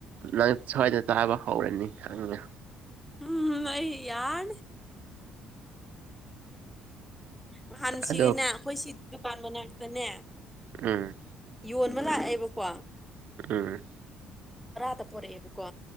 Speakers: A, on the right (about 55°); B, in the centre.
A: ꯅꯪ ꯁ꯭ꯋꯥꯏꯗ ꯆꯥꯕ ꯍꯧꯔꯅꯤ ꯈꯪꯉꯦ
B: ꯎꯝ ꯑꯩ ꯌꯥꯔꯅꯤ ꯉꯍꯥꯟ ꯁꯤꯒꯤꯅꯦ
A: ꯑꯗꯣ
B: ꯑꯩꯈꯣꯏ ꯁꯤ ꯗꯨꯀꯥꯟ ꯃꯅꯥꯛꯇꯅꯦ
A: ꯎꯝ
B: ꯌꯣꯟꯕ ꯂꯥꯛꯑꯦꯕꯀꯣ
A: ꯎꯥ
B: ꯑꯣꯏꯔꯗ ꯄꯨꯔꯦꯕꯀꯣ